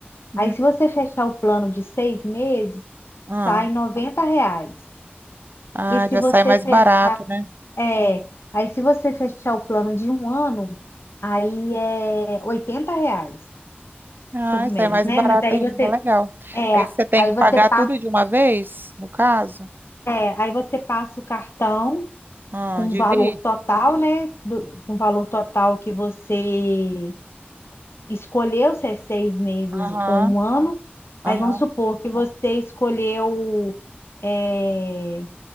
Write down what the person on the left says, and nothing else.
Aí, se você fechar o plano de seis meses,
sai 90 reais.
E se
você
fechar,
é, aí se você fechar o plano de um ano, aí é oitenta reais
por mês,
né?
Mas aí
você,
é,
aí
você
passa,
é, aí você passa o cartão
com
o valor total, né? Do, com o valor total que você escolheu se é seis meses
ou um ano, aí
vamos supor que você escolheu é,